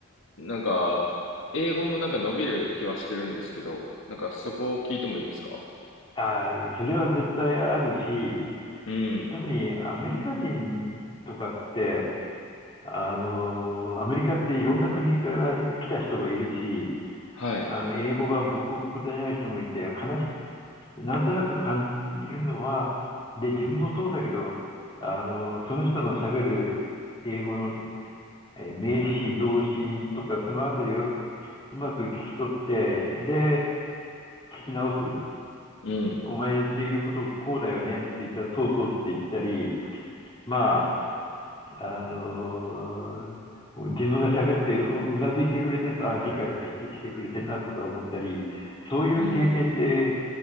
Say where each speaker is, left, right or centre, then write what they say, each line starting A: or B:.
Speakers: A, on the left; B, on the left.
A: なんか、英語もなんか伸びる気はしてるんですけど、なんかそこを聞いてもいいですか
B: あー、それは絶対あるし、
A: うん。
B: 特にアメリカ人とかって、あの、アメリカっていろんな国から来た人がいるし、
A: はい。
B: あの、英語が母国語でない人もいて、話、なんとなく感じるのは、で、自分もそうだけど、あの、その人の喋る英語のえー名詞、動詞とか、そのあたりをうまく聞き取って、で、聞き直す。
A: うん。
B: お前言っていることこうだよねって言ったら、そうそうって言ったり、まあ、あのー自分が喋ってう、うなずいてくれてると、あ理解して、してくれてるなとか思ったり、そういう経験って、
A: うん。